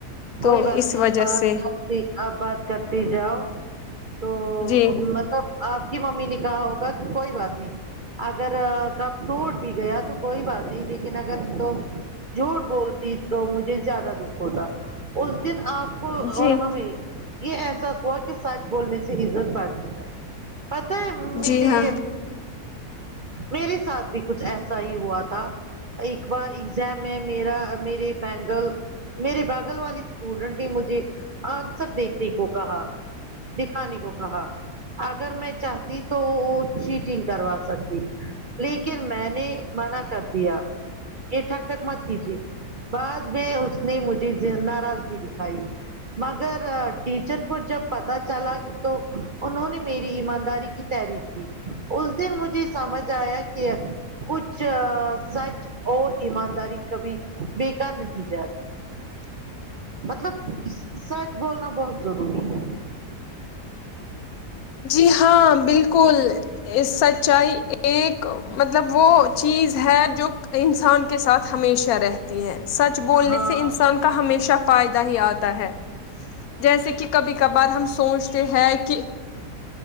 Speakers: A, on the left; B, on the right.
A: تو
B: کوئی بات
A: اس
B: نہیں
A: وجہ
B: آپ بات
A: سے
B: کرتی آپ بات کرتی جاؤ تو
A: جی
B: و مطلب آپ کی ممی نے کہا ہوگا کہ کوئی بات نہیں اگر کپ ٹوٹ بھی گیا تو کوئی بات نہیں لیکن اگر تم جھوٹ بولتی تو مجھے زیادہ دکھ ہوتا اس دن آپ کو
A: جی
B: اور ہمیں یہ احساس ہوا کہ سچ بولنے سے عزت بڑھتی ہے پتا ہے مہ میری
A: جی ہاں
B: میرے ساتھ بھی کچھ ایسا ہی ہوا تھا ایک بار ایگزام ہے میرا میرے بینگل میرے بغل والی اسٹوڈنٹ نے مجھے آنسر دیکھنے کو کہا دکھانے کو کہا اگر میں چاہتی تو چیٹنگ کروا سکتی لیکن میں نے منع کر دیا یہ ٹھک ٹھک مت کیجے بعد میں اس نے مجھے ناراضگی دکھائی مگر ٹیچر کو جب پتا چلا ا تو انہوں نے میری ایمانداری کی تعریف کی اس دن مجھے سمجھ آیا کہ کچھ ا سچ اور ایمانداری کبھی بےکار نہیں جاتی
A: <inaudible>
B: مطلب سچ بولنا بہت ضروری ہے
A: جی ہاں بالکل سچائی ایک مہ مطلب وہ چیز ہے جو انسان کے ساتھ ہمیشہ رہتی ہے سچ بولنے
B: ہاں
A: سے انسان کا ہمیشہ فائدہ ہی آتا ہے جیسے کہ کبھی کبار ہم سوچتے ہیں کہ